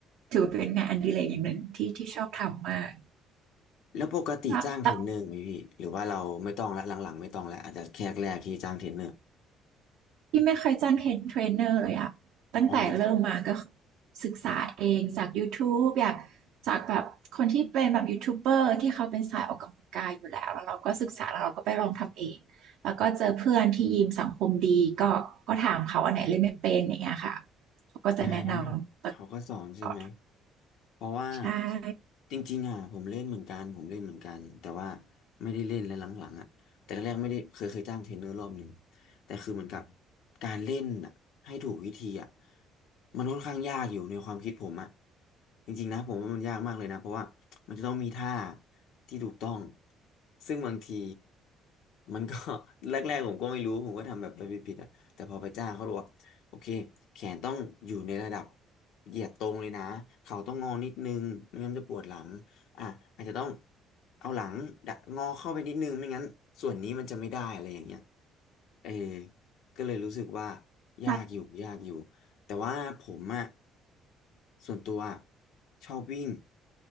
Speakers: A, on the right; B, on the left.
A: ถือว่าเป็นงานอดิเรกอย่างหนึ่งที่ที่ชอบทำมาก
B: แล้วปกติจ้างเทรนเนอร์ไหมพี่
A: แล้วแล้ว
B: หรือว่าเราไม่ต้องละหลังๆไม่ต้องแล้วอาจจะแค่แรกที่จ้างเทรนเนอร์
A: ที่ไม่เคยจ้างเทรนเทรนเนอร์เลยอะตั้งแต่เริ่มมาก็คือ
B: อ๋อ
A: ศึกษาเองจาก YouTube อยากจากแบบคนที่เป็นแบบยูทูบเบอร์ที่เขาเป็นสายออกกำลังกายอยู่แล้วแล้วเราก็ศึกษาแล้วเราก็ไปลองทำเองแล้วก็เจอเพื่อนที่ยิมสังคมดีก็ก็ถามเขาอันไหนเล่นไม่เป็นอย่างเงี้ยค่ะเขาก็จะแนะนำต
B: อ่าเขาก็สอนใช่ไหม
A: ่อ
B: เพราะว่า
A: ใช่
B: จริงๆอ่ะผมเล่นเหมือนกันผมเล่นเหมือนกันแต่ว่าไม่ได้เล่นแล้วหลังๆอ่ะแต่แรกๆไม่ได้เคยเคยจ้างเทรนเนอร์รอบหนึ่งแต่คือเหมือนกับการเล่นอ่ะให้ถูกวิธีอ่ะมันค่อนข้างยากอยู่ในความคิดผมอ่ะจริงๆนะผมว่ามันยากมากเลยนะเพราะว่ามันจะต้องมีท่าที่ถูกต้องซึ่งบางทีมันก็ <laughs> แรกๆผมก็ไม่รู้ผมก็ทำแบบไปผิดๆอ่ะแต่พอไปจ้างเขาบอกว่า โอเคแขนต้องอยู่ในระดับเหยียดตรงเลยนะเข่าต้องงอนิดนึงไม่งั้นจะปวดหลังอ่ะอาจจะต้องเอาหลังดักงอเข้าไปนิดนึงไม่งั้นส่วนนี้มันจะไม่ได้อะไรอย่างเงี้ยเออก็เลยรู้สึกว่ายากอยู่ยากอยู่แต่ว่าผมอะ
A: ใช
B: ส่วนตัวอะชอบวิ่ง